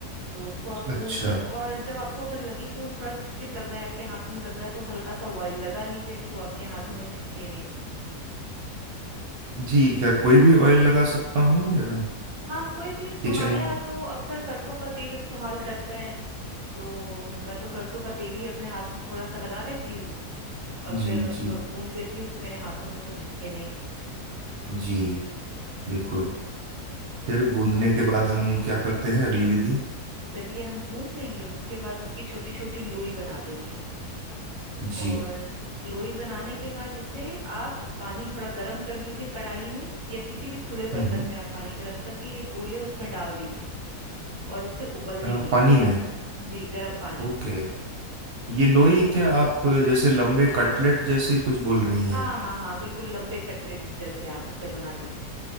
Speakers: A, on the right; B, on the right.
A: तो उसको आप गूंद
B: अच्छा
A: ले और जब आपको अगर लगे कि वो थोड़ा चिपचिप लग रहा है आपके हाथों में लग रहा है तो हल्का सा ऑयल लगा लीजिए कि वो आपके हाथों में चिपके नहीं
B: जी क्या कोई भी ऑयल लगा सकता हूँ या
A: हाँ कोई भी हमारे
B: किचन
A: यहाँ तो अक्सर सरसों का तेल इस्तेमाल करते हैं तो मैं तो सरसों का तेल ही अपने हाथ में थोड़ा सा लगा लेती हूँ और
B: जी
A: फिर उसको
B: जी
A: गूंद लेती हूँ कि मेरे हाथों में वो चिपके नहीं
B: जी बिल्कुल
A: तो
B: फिर गूंदने के बाद हम क्या करते हैं अगली विधि
A: जब ये हम गूंद लेंगे उसके बाद इसकी छोटी छोटी लोई बना देंगे और
B: जी
A: लोई बनाने के बाद इसे आप पानी थोड़ा गर्म कर लीजिए कढ़ाई में या किसी भी खुले बर्तन
B: हम्म
A: में आप पानी गर्म करके ये गोले उसमें डाल दीजिए और इसे उबलने
B: अ,
A: दीजिए
B: पानी में
A: जी गर्म पानी
B: ओके
A: में
B: ये लोई क्या आप जैसे लंबे कटलेट जैसे कुछ बोल रही
A: हाँ
B: हैं
A: हाँ हाँ बिल्कुल लंबे कटलेट जैसे आप इसे बना लीजिए